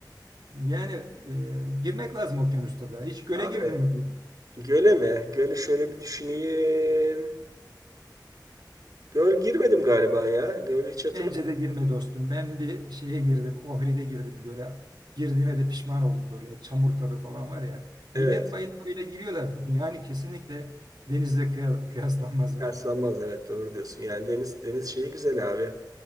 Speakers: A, on the right; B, on the right.
A: yani e, girmek lazım okyanusta da. Hiç göle
B: Abi
A: girdin mi?
B: göle mi? Göle şöyle bir düşüneyim. Göl girmedim galiba ya. Göl hiç hatırlamıyorum.
A: Bence de girme dostum. Ben bir şeye girdim. Ohri'de girdim göle. Girdiğime de pişman oldum böyle. Çamur tadı falan var ya. Millet
B: Evet.
A: bayıla giriyor da yani kesinlikle denizle kıya- kıyaslanmaz yani.
B: Yaslanmaz evet doğru diyorsun. Yani deniz deniz şeyi güzel abi.